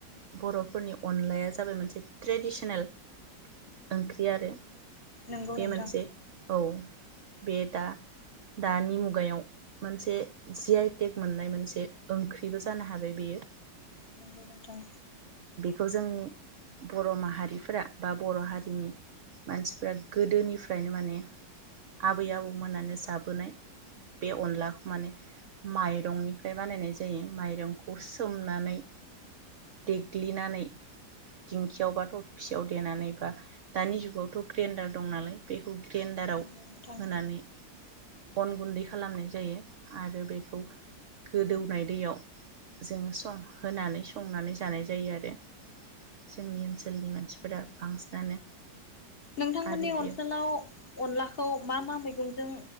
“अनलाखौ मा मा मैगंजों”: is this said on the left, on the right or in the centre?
Left